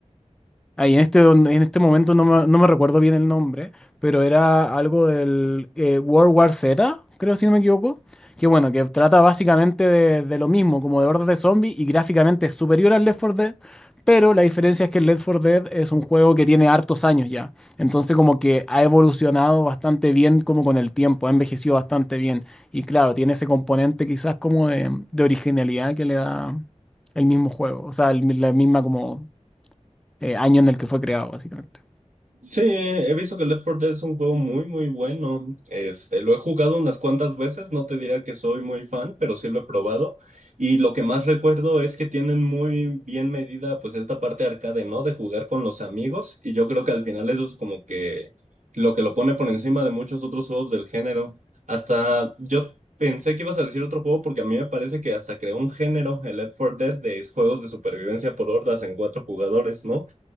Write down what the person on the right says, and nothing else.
Sí, he visto que Left 4 Dead es un juego muy, muy bueno. Este, lo he jugado unas cuantas veces, no te diría que soy muy fan, pero sí lo he probado. Y lo que más recuerdo es que tienen muy bien medida, pues, esta parte arcade, ¿no? De jugar con los amigos. Y yo creo que al final eso es como que lo que lo pone por encima de muchos otros juegos del género. Hasta yo pensé que ibas a decir otro juego porque a mí me parece que hasta creó un género, el Left 4 Dead, de juegos de supervivencia por hordas en cuatro jugadores, ¿no?